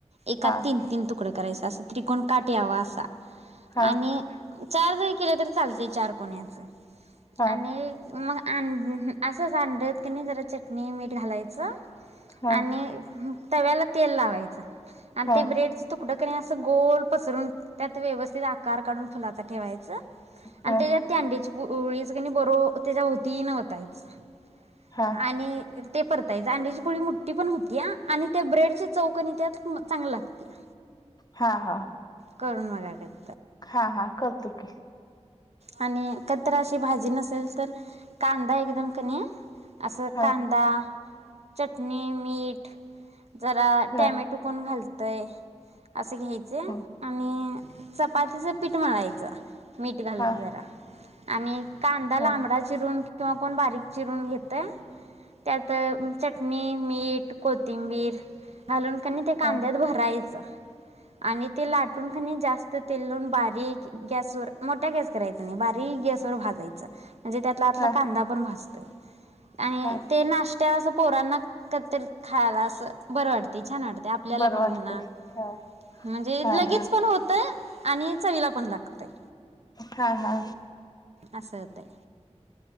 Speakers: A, on the right; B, on the left.
A: एकात
B: हा
A: तीन तीन तुकडं करायचं असं त्रिकोण काट यावा असा.
B: हा
A: आणि चार जरी केले तर चालतेय चार कोण्याचं.
B: हा
A: आणि मग अं असंच, अंड्यात कनी जरा चटणी, मीठ घालायचं.
B: हा
A: आणि तव्याला तेल लावायचं. आणि
B: हा
A: ते ब्रेड च तुक पुढं कणी असं गोल पसरून, त्यात व्यवस्थित आकार काढून फुलाचा ठेवायचं. आणि
B: हा
A: त्याच्यात ती आंडी ते ओळीच कनी, बरोबर त्याच्या भोवती न ओतायच.
B: हा
A: आणि <unintelligible> ते परतायच, आहे आड्याची ची पोळी मोठी पण होतीया आणि ते ब्रेड ची चौकनी त्यात म चांगलं लागतया.
B: हा हा.
A: करून बघा कस.
B: हा हा करतो की,
A: आणि कधितरी अशी भाजी नसेल, तर कांदा एकदम कणी आसं
B: हा
A: कांदा चटनी, मीट जरा
B: हा
A: टॅमेटो कोन घाल तय. असे घ्यायचे
B: हा
A: आणि चपातीचं पीठ मळायचं. मीठ घालून
B: हा
A: जरा आणि कांदा लांबडा
B: हा
A: चिरून किंवा कोण बारीक चिरून घेतय त्यात चटणी मीठ कोतीिंबीर घालून कनी ते कांद्यात
B: हा
A: भरायचं आणि ते लाटून खनी जास्त तेून बारीक गॅस वर मोठ्या गॅस करायचा नाही बारीक गॅसवरर भाजायचं म्हणजे त्यातलातला
B: हा
A: कांदा पण भाजतो आणि
B: हा
A: ते नाश त्याला असं पोरांना कतर खायला असं बरं वाटते छान वाटते आपल्याला
B: बरं
A: पण
B: वाटते
A: म्हणा
B: हा
A: म्हणजे
B: हा
A: लगेच
B: हा
A: पण होतय आणि चवीला पण दाखत नाही
B: हा हा
A: अस होतय